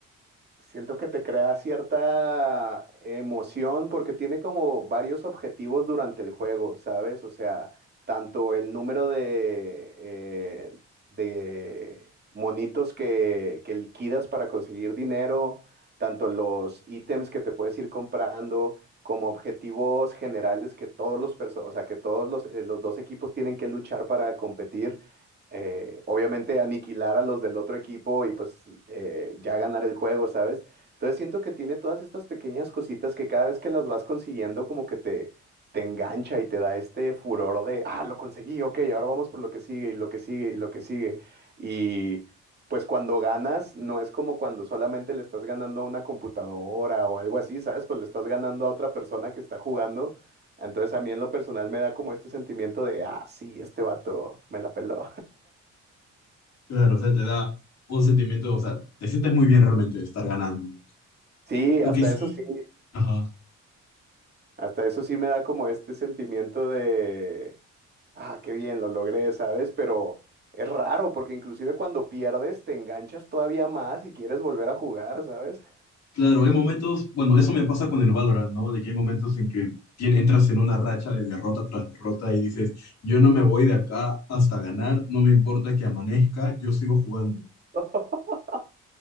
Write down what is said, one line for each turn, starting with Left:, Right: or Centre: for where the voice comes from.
Right: Siento que te crea cierta emoción porque tiene como varios objetivos durante el juego, ¿sabes? O sea, tanto el número de, eh, de monitos que, que liquidas para conseguir dinero, tanto los ítems que te puedes ir comprando, como objetivos generales que todos los perso- o sea, que todos los, eh, los dos equipos tienen que luchar para competir eh, obviamente aniquilar a los del otro equipo y pues eh, ya ganar el juego, ¿sabes? Entonces siento que tiene todas estas pequeñas cositas que cada vez que las vas consiguiendo como que te, te engancha y te da este furor de, ah, lo conseguí, ok, ahora vamos por lo que sigue y lo que sigue y lo que sigue. Y pues cuando ganas, no es como cuando solamente le estás ganando a una computadora o algo así, ¿sabes? Pues le estás ganando a otra persona que está jugando. Entonces a mí en lo personal me da como este sentimiento de, ah, sí, este vato me la peló.
Left: Claro, o sea, te da un sentimiento, o sea, te sientes muy bien realmente de estar ganando.
Right: Sí,
Left: Lo
Right: hasta
Left: que sí...
Right: eso sí,
Left: Ajá.
Right: hasta eso sí me da como este sentimiento de, ah, qué bien, lo logré, ¿sabes? Pero es raro porque inclusive cuando pierdes te enganchas todavía más y quieres volver a jugar, ¿sabes?
Left: Claro, hay momentos, bueno, eso me pasa con el Valorant, ¿no? De que hay momentos en que tien- entras en una racha de derrota tras derrota y dices, yo no me voy de acá hasta ganar, no me importa que amanezca, yo sigo jugando.
Right: <laughs>